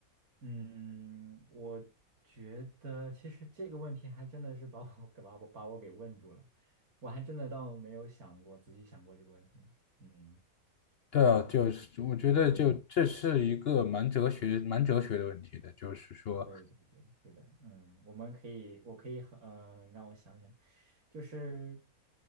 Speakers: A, on the right; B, on the left.
A: 嗯，我觉得其实这个问题还真的是把我给把我把我给问住了，我还真的倒没有想过仔细想过这个问题，嗯。
B: 对啊，就是我觉得就这是一个蛮哲学、
A: 嗯，
B: 蛮哲学的问题的，就是说，
A: 对对对，是的，嗯，我们可以，我可以很，呃，让我想想，就是